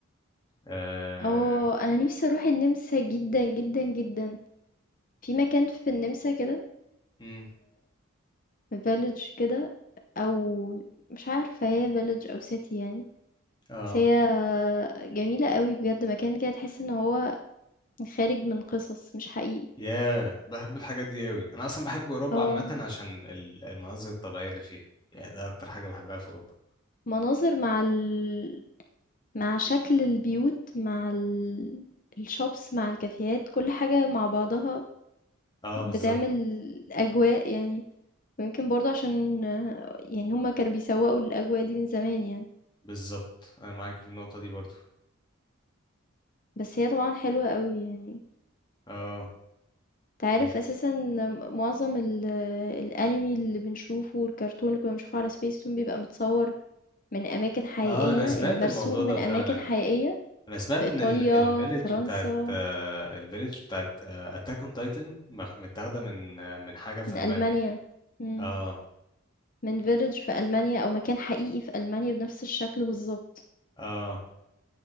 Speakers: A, on the left; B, on the left.
A: اه
B: اه أنا نفسي أروح النمسا جدا جدا جدا في مكان في النمسا كده
A: امم
B: فيلج كده أو مش عارفة هي فيلج أو سيتي يعني
A: آه.
B: بس هي جميلة قوي بجد مكان كده تحس ان هو خارج من قصص مش حقيقي
A: ياه بحب الحاجات دي قوي انا اصلا بحب اوروبا
B: اه
A: عامه عشان ال- المناظر الطبيعيه اللي فيها يعني ده اكتر حاجه بحبها في اوروبا
B: مناظر مع ال... مع شكل البيوت مع ال... الشوبس مع الكافيهات كل حاجة مع بعضها
A: اه
B: بتعمل
A: بالظبط
B: أجواء يعني ويمكن برضه عشان آه، يعني هما كانوا بيسوقوا الأجواء دي من زمان يعني
A: بالظبط انا معاك في النقطه دي برضو
B: بس هي طبعا حلوة قوي يعني
A: اه
B: تعرف
A: يعني
B: أساسا معظم ال... الأنمي اللي بنشوفه والكرتون اللي كنا بنشوفه على سبيس تون بيبقى متصور من أماكن حقيقية
A: اه انا
B: يعني
A: سمعت
B: مرسوم
A: الموضوع ده
B: من
A: فعلا
B: أماكن حقيقية
A: انا سمعت
B: في إيطاليا
A: ان الفيلج
B: فرنسا
A: بتاعت آه الفيلج بتاعت آه اتاك اون تايتن متاخده من آه من حاجه في
B: من ألمانيا
A: المانيا
B: مم.
A: اه
B: من village في ألمانيا أو مكان حقيقي في ألمانيا بنفس الشكل بالضبط
A: اه